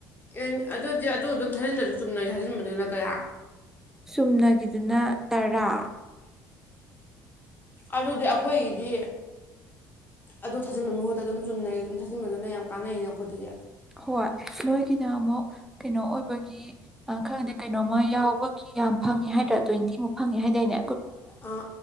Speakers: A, on the left; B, in the centre.
A: ꯑꯦ ꯑꯗꯨꯗꯤ ꯑꯗꯨ ꯑꯗꯨꯝ ꯊꯥꯖꯤꯟꯗ꯭ꯔꯁꯨ ꯆꯨꯝꯅꯩ ꯊꯥꯖꯤꯟꯕꯗꯨꯅ ꯀꯌꯥ
B: ꯆꯨꯝꯅꯒꯤꯗꯨꯅ ꯇꯔꯥ
A: ꯑꯗꯨꯗꯤ ꯑꯩꯈꯣꯏꯒꯤꯗꯤ ꯑꯗꯨ ꯊꯥꯖꯤꯟꯕꯒꯤ ꯃꯍꯨꯠꯇ ꯑꯗꯨꯝ ꯆꯨꯝꯅꯩ ꯑꯗꯨꯝ ꯊꯥꯖꯤꯟꯕꯗꯨꯅ ꯌꯥꯝ ꯀꯥꯟꯅꯩꯅꯦ ꯑꯩꯈꯣꯏꯗꯗꯤ
B: ꯍꯣꯏ ꯅꯣꯏꯒꯤꯗ ꯑꯃꯨꯛ ꯀꯩꯅꯣ ꯑꯣꯏꯕꯒꯤ ꯈꯪꯗꯦ ꯀꯩꯅꯣꯃ ꯌꯥꯎꯕꯒꯤ ꯌꯥꯝ ꯐꯪꯉ ꯍꯥꯏꯗ꯭ꯔꯥ ꯇ꯭ꯋꯦꯟꯇꯤꯃꯨꯛ ꯐꯪꯉꯦ ꯍꯥꯏꯗꯏꯅꯦ
A: ꯑ